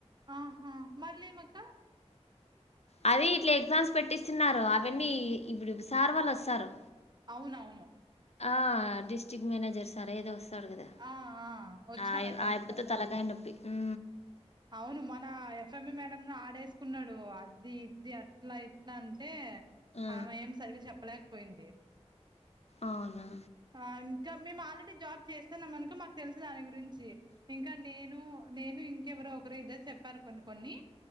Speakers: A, on the right; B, on the left.
A: ఆహా మళ్ళీ మాకు
B: ఆ అదే ఇట్లా ఎగ్జామ్స్ పెట్టిస్తున్నారు అవన్నీ ఇప్పుడు సార్ వాళ్ళు వస్తారు
A: అవును అవును
B: ఆ డిస్ట్రిక్ట్ మేనేజర్ సార్ ఏదో వస్తాడు కదా
A: ఆ ఆ వచ్చినాడు
B: అయినా
A: అక్కడికి కూడా
B: తలకాయ నొప్పి ఉ
A: అవును మన ఎఫ్ఎం ది మేడంను ఆడేసుకున్నాడు అద్ది ఇద్ది అట్లా ఇట్లా అంటే
B: ఆ
A: ఆమె యేం సరిగ్గా చెప్పలేకపోయింది
B: అవునా
A: ఆ ఇంకా మేము ఆల్రెడీ జాబ్ చేస్తున్నాం అనుక మాకు తెలుసు దాని గురించి ఇంకా నేను నేను ఇంకెవరో ఒకరు ఇద్దరు చెప్పారు కొన్ని కొన్ని